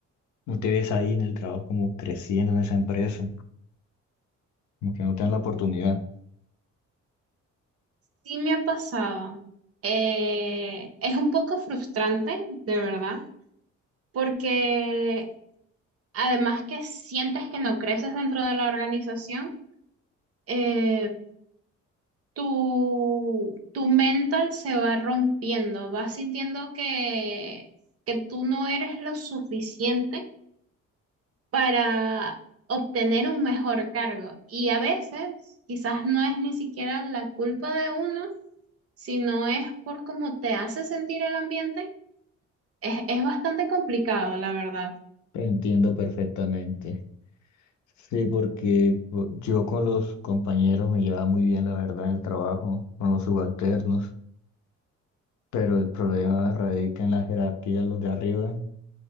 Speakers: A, on the left; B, on the right.
A: no te ves ahí en el trabajo como creciendo en esa empresa, como que no te dan la oportunidad.
B: Sí me ha pasado. Eh, es un poco frustrante, de verdad, porque además que sientes que no creces dentro de la organización, eh, tu, tu mental se va rompiendo, vas sintiendo que, que tú no eres lo suficiente para obtener un mejor cargo. Y a veces quizás no es ni siquiera la culpa de uno, sino es por cómo te hace sentir el ambiente Es, es bastante complicado, la verdad.
A: Te entiendo perfectamente. Sí, porque po- yo con los compañeros me llevaba muy bien, la verdad, en el trabajo, con los subalternos, pero el problema radica en la jerarquía, los de arriba